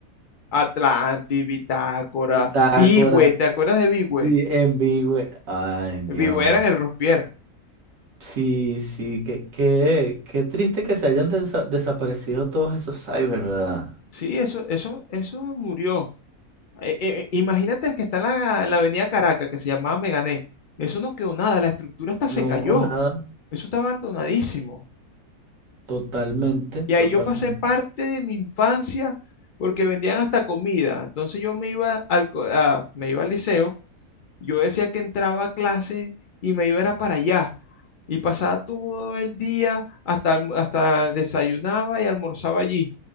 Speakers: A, on the left; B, on the right.
A: Atlantis, Bitácora,
B: Bitácora,
A: Bigwe. ¿Te acuerdas de Bigwe?
B: sí, en Bigwe. Ay, Dios.
A: Bigwe era en el Rospier.
B: Sí, sí, qué, qué, qué triste que se hayan desa- desaparecido todos esos cyber, ¿verdad?
A: Sí, eso, eso, eso murió. Eh, eh, eh, imagínate el que está en la, en la avenida Caracas, que se llamaba Megané. Eso no quedó nada, la estructura hasta se
B: No,
A: cayó.
B: nada,
A: Eso está abandonadísimo.
B: totalmente,
A: Y ahí
B: totalmente.
A: yo pasé parte de mi infancia porque vendían hasta comida. Entonces yo me iba al, co- a- me iba al liceo Yo decía que entraba a clase y me iba era para allá. Y pasaba todo el día hasta, alm- hasta desayunaba y almorzaba allí.